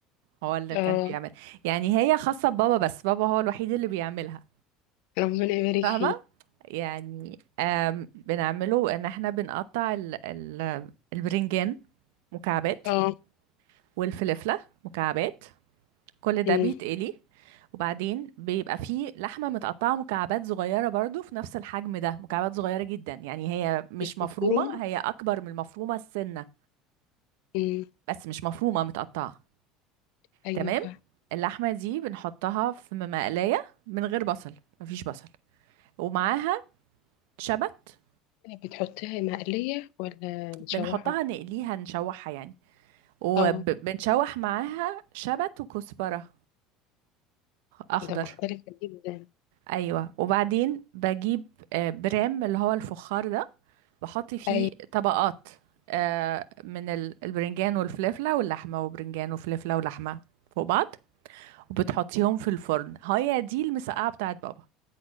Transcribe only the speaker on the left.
اه
ربنا يبارك
فيه
اه
امم
مش
مفرومة
امم
ايوه
فاهمة
بتحطيها مقلية ولا مشوحة
اه
ده مختلف جدا
ايوه